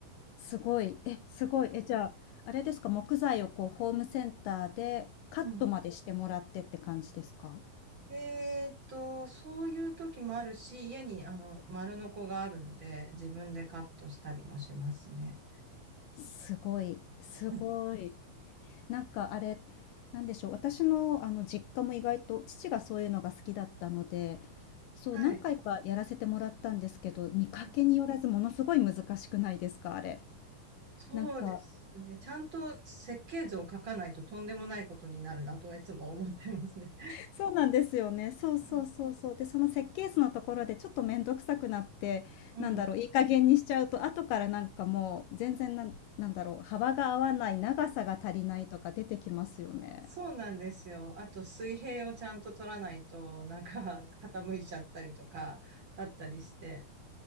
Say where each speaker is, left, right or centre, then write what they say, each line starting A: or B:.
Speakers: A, on the left; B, on the right.
A: すごい。え、すごい。え、じゃあ、あれですか、木材をこうホームセンターでカットまでしてもらってって感じですか
B: うん。でえーっと、そういう時もあるし、家にあの、丸ノコがあるので、自分でカットしたりもしますね。
A: すごい、すごい。
B: <laughs>
A: なんかあれ、なんでしょう、私のあの実家も意外と父がそういうのが好きだったので、そう、
B: はい。
A: 何回かやらせてもらったんですけど、見かけによらずものすごい難しくないですか？
B: うん
A: あれ。
B: そうですね。
A: なんか
B: ちゃんと設計図を書かないととんでもないことになるなとはいつも思ってますね。
A: そうなんですよね。そうそうそうそう。
B: うん
A: で、その設計図のところでちょっとめんどくさくなって、
B: うん。
A: なんだろう、いい加減にしちゃうと、後からなんかもう全然なんなんだろう、幅が合わない、長さが足りないとか出てきますよね。
B: そうなんですよ。あと水平をちゃんと取らないと、なんか <laughs> 傾いちゃったりとか、あったりして。